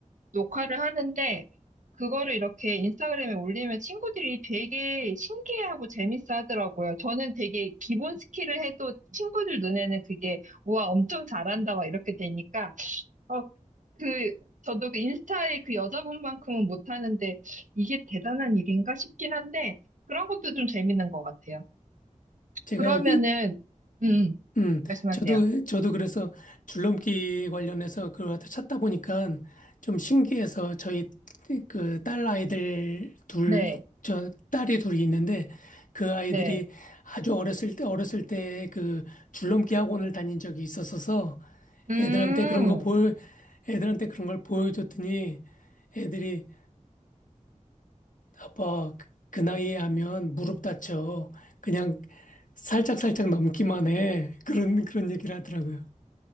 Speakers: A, on the right; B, on the left.
A: 녹화를 하는데 그거를 이렇게 인스타그램에 올리면 친구들이 되게 신기해하고 재밌어 하더라고요. 저는 되게 기본 스킬을 해도 친구들 눈에는 그게 우와 엄청 잘한다 막 이렇게 되니까 어, 그 저도 그 인스타에 그 여자분만큼은 못하는데 이게 대단한 일인가 싶긴 한데 그런 것도 좀 재밌는 것 같아요.
B: 제가
A: 그러면은
B: 그
A: 음
B: 음,
A: 말씀하세요.
B: 저도, 저도 그래서 줄넘기 관련해서 그걸 찾다 보니까 좀 신기해서 저희 그 딸 아이들 둘,
A: 네,
B: 저 딸이 둘이 있는데 그 아이들이
A: 네.
B: 아주 어렸을 때, 어렸을 때 그 줄넘기 학원을 다닌 적이 있었어서
A: 음,
B: 애들한테 그런 거 보여, 애들한테 그런 걸 보여줬더니 애들이 아빠 그그 나이에 하면 무릎 다쳐. 그냥 살짝살짝 넘기만 해. 그런, 그런 얘기를 하더라고요.